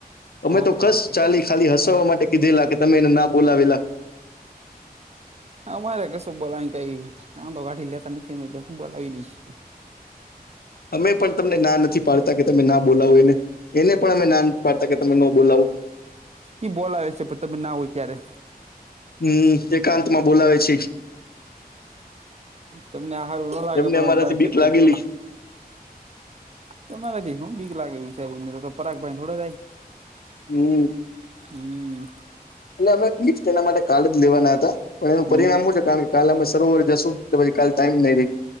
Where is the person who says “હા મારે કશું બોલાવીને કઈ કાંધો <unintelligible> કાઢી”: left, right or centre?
Right